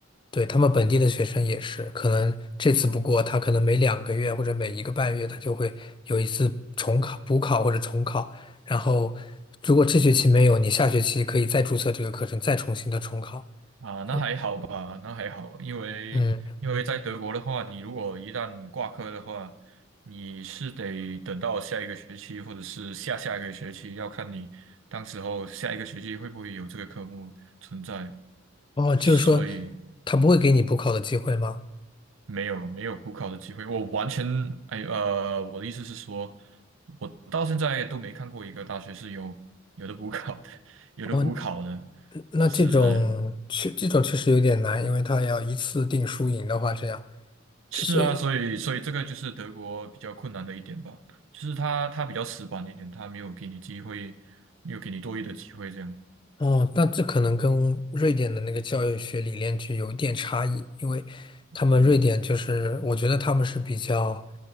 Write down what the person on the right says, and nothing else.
啊，
那还好吧，那还好，因为因为在德国的话，
你如果一旦挂科的话，你是得等到下一个学期或者是下下一个学期，要看你当时候下一个学期会不会有这个科目存在。
所以，
没有没有补考的机会，我完全哎呃，我的意思是说，我到现在都没看过一个大学是有有的补考的，<laughs> 有的补考的，
就是
是啊，
所以所以这个就是德国比较困难的一点吧，就是他他比较死板一点，他没有给你机会，没有给你多余的机会这样，
嗯，